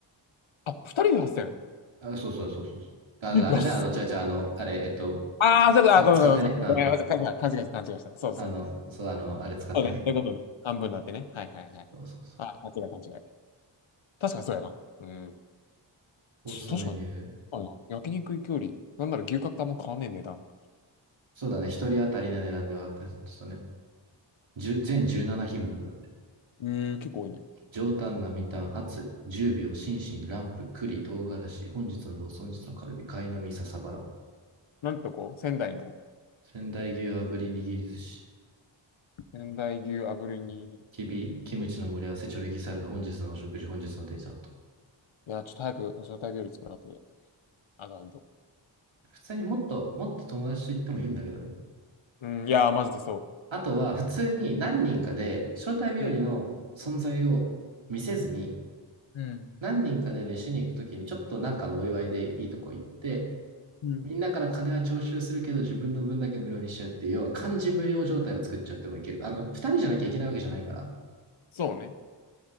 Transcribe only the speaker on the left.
あ、2人で 8000?
え安っ。
ああ、そうか、
あ、ごめんごめんごめん。
ごめん、勘違いした、勘違いした。そうそうそう。
そうね。そういうことね。半分になってね。はいはいはい。
あ、勘違い勘違い。確かにそうやな。うん。
確かに。あるな。焼肉行きより、なんなら牛角とあんま変わんねえ値段。
そうだ。えー、結構多いね。
なんてとこ仙台の、
仙台牛炙りに、
いや、ちょっと早く、招待日より作らんとね、あかんと。
うん、いやー、マジでそ
う。うん、うん、
うん。
そうね。